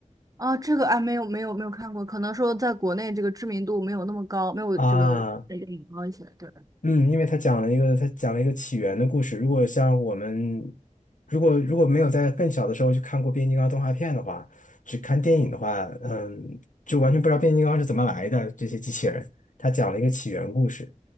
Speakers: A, on the right (about 30°); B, on the left (about 80°).
A: 啊，这个哎，没有没有没有看过，可能说在国内这个知名度没有那么高，没有这个电影高一些。
B: 啊，
A: 对。
B: 嗯，因为他讲了一个他讲了一个起源的故事。如果像我们，如果如果没有在更小的时候去看过变形金刚动画片的话，只看电影的话，嗯，就完全不知道变形金刚是怎么来的这些机器人。他讲了一个起源故事，